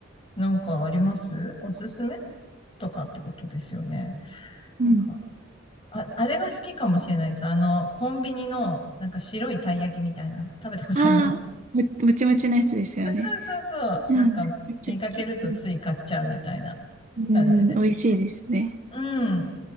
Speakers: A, on the left; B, on the right.
A: なんかありますおすすめとかってことですよね。
B: うん
A: なんか、あ、あれが好きかもしれないです。あの、コンビニの、なんか白いたい焼きみたいな。食べたことあります
B: ああー、も、もちもちのやつですよね。
A: あそうそうそう。
B: なんだめっちゃ好き。
A: なんか、見かけるとつい買っちゃうみたいな
B: うん、
A: 感じで。
B: うん美味しいですね。
A: うん。